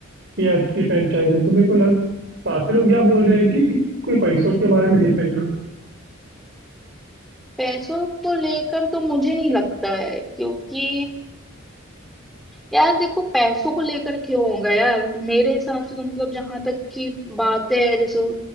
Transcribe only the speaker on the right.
ये अच्छी फ्रेंचाइज है तो मेरे को लग काफी लोग क्या बोल रहे हैं कि कोई पैसों के बारे में डिसाइड